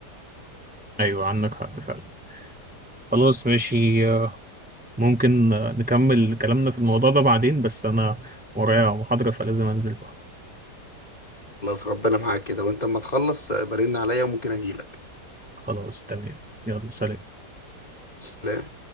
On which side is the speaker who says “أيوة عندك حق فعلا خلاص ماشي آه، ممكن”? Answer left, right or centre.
Centre